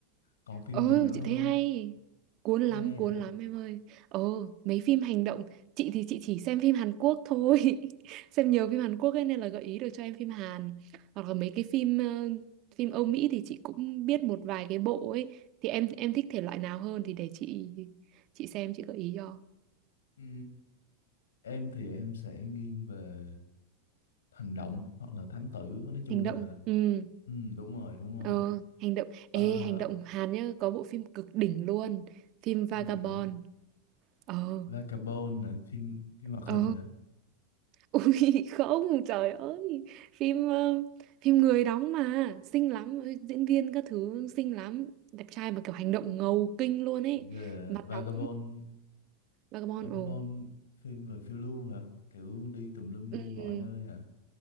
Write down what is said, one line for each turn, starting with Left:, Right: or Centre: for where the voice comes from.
Left: còn phim
Right: Ừ
Left: gì nữa không
Right: chị thấy hay Cuốn lắm
Left: thấy hay
Right: cuốn
Left: hả
Right: lắm em ơi Ồ mấy phim hành động Chị thì chị chỉ xem phim Hàn Quốc thôi <laughs> Xem nhiều phim Hàn Quốc ấy nên là gợi ý được cho em phim Hàn Hoặc là mấy cái phim ờ, Phim Âu Mỹ thì chị cũng biết một vài cái bộ ấy Thì em em thích thể loại nào hơn Thì để chị chị xem chị gợi ý cho
Left: ừ. em thì em sẽ nghiêng về hành động hoặc là thám tử nói chung
Right: Hành
Left: là
Right: động ừ.
Left: ừ, đúng rồi đúng
Right: Ờ,
Left: rồi
Right: hành động
Left: Ờ,
Right: Ê hành động Hàn nhá Có bộ phim cực đỉnh luôn Phim Vagabond
Left: phim gì cả
Right: Ờ
Left: Vagabond nè phim phim hoạt
Right: Ờ
Left: hình hả
Right: <laughs> Ui không trời ơi phim ờ, phim người đóng mà xinh lắm ôi, diễn viên các thứ xinh lắm đẹp trai mà kiểu hành động ngầu kinh luôn ấy
Left: Gì ghê
Right: mặt
Left: à? Vagabond
Right: đóng Vagabond
Left: Vagabond
Right: ồ
Left: phim về phiêu lưu hả kiểu đi tùm lum
Right: Ừm,
Left: đi mọi nơi hả